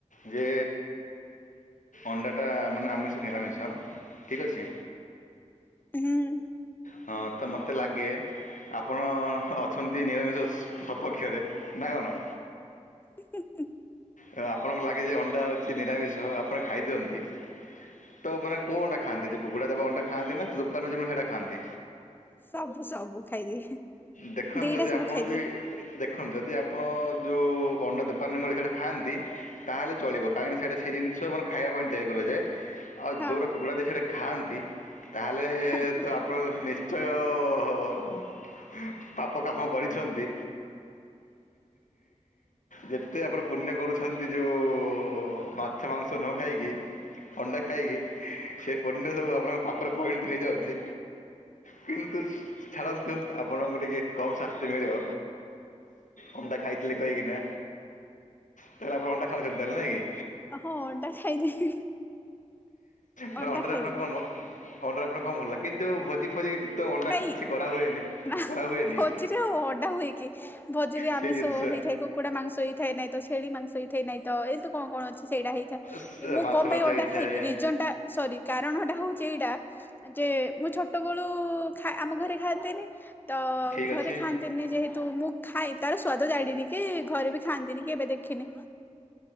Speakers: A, on the left (about 90°); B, on the left (about 15°).
A: ଯେ ଅଣ୍ଡାଟା ମାନେ ଆମିଷ ନିରାମିଷ ଠିକ୍ ଅଛି।
B: ହୁଁ।
A: ହଁ ତ ମତେ ଲାଗେ ଆପଣ ଅଛନ୍ତି ନିରାମିଷ ସପକ୍ଷରେ ନା କଣ?
B: ହୁଁ ହୁଁ ହୁଁ।
A: ଆ ଆପଣଙ୍କ ଲାଗେ ଯେ ଅଣ୍ଡା ହୋଉଛି ନିରାମିଷ ଆପଣ ଖାଇଦିଅନ୍ତି। ତ ମାନେ କୋଉ ଅଣ୍ଡା ଖାଆନ୍ତି ଯୋଉ କୁକୁଡ଼ା ଦେବା ଅଣ୍ଡା ଖାଆନ୍ତି ନା ଦୋକାନରୁ ଯୋଉ ମିଳେ ସେଇଟା ଖାଆନ୍ତି?
B: ସବୁ ସବୁ ଖାଇଦିଏ।
A: ଦେଖନ୍ତୁ
B: ଦିଟା
A: ଯଦି
B: ସବୁ
A: ଆପଣ
B: ଖାଇଦିଏ
A: ଯଦି ଦେ ଖନ୍ତୁ ଯଦି ଆପଣ ଯୋଉ ଅଣ୍ଡା ଦୋକାନରୁ ମିଳେ ସେଇଟା ଖାଆନ୍ତି ତାହେଲେ ଚଳିବ କାହିଁକିନା ସେଇଟା ସେ ଜିନିଷ ମାନେ ଖାଇବା ପାଇଁ ତିଆରି କରାଯାଏ। ଆଉ
B: ହଁ
A: ଯୋଉଟା କୁକୁଡ଼ା ଦିଏ ସେଇଟା ଖାଆନ୍ତି ତାହେଲେ
B: ତାହେଲେ
A: ତ ଆପ୍ ପଣ ନିଶ୍ଚୟ ହ ହ ହ ପାପ କାମ କରିଛନ୍ତି ଯେତେ ଆପଣ ପୁଣ୍ୟ କରୁଛନ୍ତି ଯୋଉ ମାଛ ମାଂସ ନ ଖାଇକି। ଅଣ୍ଡା ଖାଇକି ସେ ପୁଣ୍ୟ ସବୁ ଆପଣଙ୍କ ପାପରେ ପରିଣତ ହେଇ ଯାଉଛି। କିନ୍ତୁ ଛାଡ଼ନ୍ତୁ ଆପଣଙ୍କୁ ଟିକେ କମ ଶାସ୍ତି ମିଳିବ। ଅଣ୍ଡା ଖାଇଥିଲେ କହି କିନା। ତାହାଲେ ଆପଣ ଅଣ୍ଡା ଖାଉଛନ୍ତି ତାହାଲେ ନାଇଁ କି?
B: ହଁ ଅଣ୍ଡା ଖାଇଦେବି
A: ମାନେ
B: ଅଣ୍ଡା
A: ଅଣ୍ଡାରେ
B: ଖାଇଦେବି।
A: ଆପଣ କଣ ମ ଅଣ୍ଡାରେ ଆପଣଙ୍କୁ କଣ ଭଲ ଲାଗେ କିନ୍ତୁ ଭୋଜି ଫୋଜି ତ ଅଣ୍ଡା
B: ନାଇଁ
A: କିଛି କରାହୁଏନି
B: ନା
A: କରାହୁଏନି
B: ଭୋଜିରେ ଆଉ ଅଣ୍ଡା ହୁଏ କି ଭୋଜିରେ ଆମିସ
A: ସେ ଜିନିଷ
B: ହେଇଥାଏ କୁକୁଡ଼ା ମାଂସ ହେଇଥାଏ ନାଇଁ ତ ଛେଳି ମାଂସ ହେଇଥାଏ ନାଇଁ ତ ଏତ ତ କଣ କଣ ଅଛି ସେଇଟା ହେଇଥାଏ।
A: ସ-
B: ଯେ ମୁଁ
A: ମାଛ
B: କଣ
A: ଫାଛ
B: ପାଇଁ ଅଣ୍ଡା
A: ହେଇଥାଏ
B: ଖାଇବି ରିଜନ ଟା ସରି କାରଣଟା ହୋଉଛି ଏଇଟା ଯେ ମୁଁ ଛୋଟବେଳୁ ଖା ଆମ ଘରେ ଖାଆନ୍ତୀନି ତ
A: ଠିକ୍
B: ଘରେ
A: ଅଛି
B: ଖାଆ ନ୍ତିନି ଯେହେତୁ ମୁଁ ଖାଏ ତାର ସ୍ଵାଦ ଜାଣିନି କି ଘରେ ବି ଖାଆନ୍ତିନି କେବେ ଦେଖିନି।